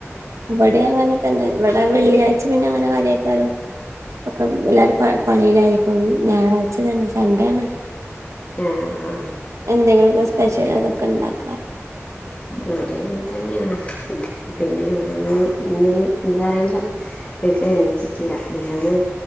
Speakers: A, on the right; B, on the left.
A: ഇവടേം അങ്ങനെ തന്നെ ഇവടെ വെള്ളിയാഴ്ച്ച പിന്നെ അങ്ങനെ കാര്യായിട്ട് ആരും അപ്പം എല്ലാരും പ പണിയിലായിരിക്കും ഞായറാഴ്ച തന്നെ സൺഡേ ആണ്
B: ഏഹ് ആഹ്
A: എന്തെങ്കിലൊക്കെ സ്പെഷ്യൽ അതൊക്കെ ഇണ്ടാക്കാ
B: ഇവിടേം അങ്ങനെ തന്നെയാണ്. പിന്നെ ഇവിടെ ഇനി ഇന്നിനി എന്താ അറിയില്ല ഇല്ല എണീച്ചിട്ട്ല്ല മിനിഞ്ഞാന്ന്